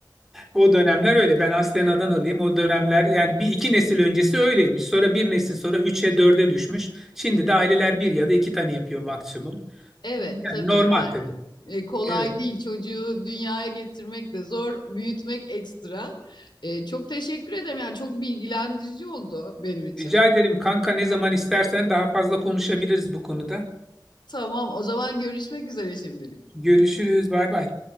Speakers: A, in the centre; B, on the left.
A: O dönemler öyle ben aslen Adanalıyım o dönemler yani bir iki nesil öncesi öyleymiş sonra bir nesil sonra 3'e dörde düşmüş. Şimdi de aileler bir ya da iki tane yapıyor maksimum.
B: Evet
A: Yani
B: tabii
A: normal
B: yani.
A: tabii.
B: E, kolay
A: Evet
B: değil çocuğu dünyaya getirmek de zor, büyütmek ekstra. E, çok teşekkür ederim yani çok bilgilendirici oldu benim için.
A: rica ederim kanka ne zaman istersen daha fazla konuşabiliriz bu konuda.
B: Tamam, o zaman görüşmek üzere şimdilik.
A: Görüşürüz bay bay.